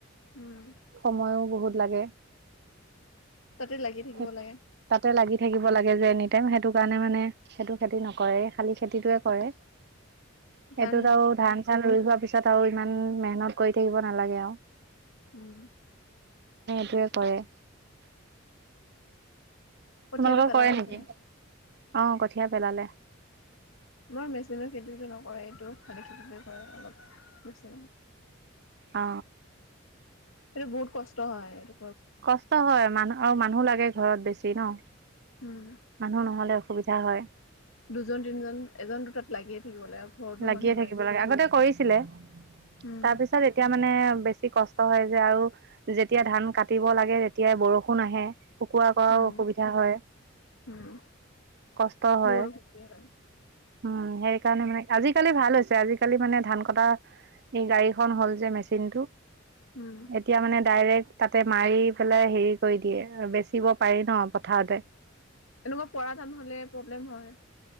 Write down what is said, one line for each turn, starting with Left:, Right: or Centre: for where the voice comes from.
Left: উম
Right: সময়ো বহুত। লাগে।
Left: তাতে লাগি থাকিব
Right: সেই
Left: লাগে
Right: তাতে লাগি থাকিব লাগে। ল যে এনিটাইম সেইটো কাৰণে মানে সেইটো খেতি নকৰে খালি খেতিটোয়ে কৰে। সেইটোত
Left: ধান
Right: আৰু ধান চান ৰুই যোৱাৰ পিছত। তাত আৰু ইমান মেহনত কৰি থাকিব নালাগে আৰু।
Left: উম।
Right: সেইটোৱে কৰে।
Left: কঠিয়াটো
Right: তোমালোকৰ
Left: পেলালে
Right: কৰে নেকি।
Left: চাগে
Right: আহ কঠিয়া পেলালে
Left: আমাৰ মেচিনৰো খেতিতটো নকৰে এইটো, শালি খেতিতে কৰে অলপ মেচ।
Right: অ।
Left: এ বহুত কষ্ট হয় আৰু।
Right: কষ্ট হয় মানুহ আৰু মানুহ লাগে। ঘৰত বেছি ন।
Left: উম
Right: মানুহ নহ'লে অসুবিধা হয়।
Left: দুজন তিনিজন এজনতো তাত লাগিয়ে থাকিব লাগে ঘৰতো
Right: লাগিয়ে
Left: মানুহ
Right: থাকিব লাগে আগতে কৰিছিলে।
Left: উম
Right: তাৰপিছত এতিয়া মানে বেছি কষ্ট হয় যে আৰু। যেতিয়া ধান কাটিব লাগে তেতিয়াই বৰষুণ আহে। শুকুবাও কৰাও
Left: উম
Right: অসুবিধা হয়
Left: উম
Right: কষ্ট হয়।
Left: বহুত অসুবিধা হয়
Right: উম সেই কাৰণে মানে আজিকালি ভাল হৈছে আজিকালি মানে ধান কটা এই গাড়ীখন হ'ল যে মেচিন টো।
Left: উম
Right: এতিয়া মানে ডাইৰেক্ট তাতে মাৰি পেলাই হেৰি কৰি দিয়ে বেচিব পাৰি ন পথাৰতে
Left: এনেকুৱা পৰা ধান হলে প্ৰব্লেম হয়।